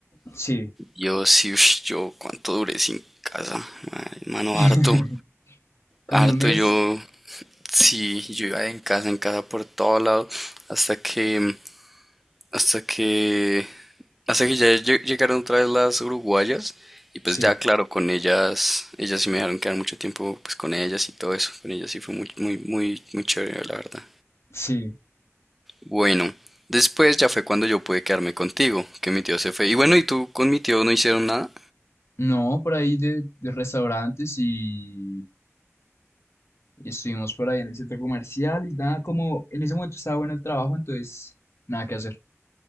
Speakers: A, on the left; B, in the centre.
A: sí,
B: Yo sí, ush, yo cuánto duré sin casa. Ay, Mano,
A: <laughs>
B: harto.
A: como
B: Harto
A: un mes,
B: yo. Sí, yo iba en casa, en casa por todo lado. Hasta que Hasta que, hasta que ya lle- llegaron otra vez las uruguayas y pues
A: sí.
B: ya claro, con ellas, ellas sí me dejaron quedar mucho tiempo pues con ellas y todo eso, con ellas sí fue muy, muy, muy, muy chévere, la verdad.
A: sí.
B: Bueno, después ya fue cuando yo pude quedarme contigo, que mi tío se fue. Y bueno, ¿y tú con mi tío no hicieron nada?
A: No, por ahí de, de restaurantes y, y estuvimos por ahí en el centro comercial y nada, como en ese momento estaba bueno el trabajo, entonces nada que hacer.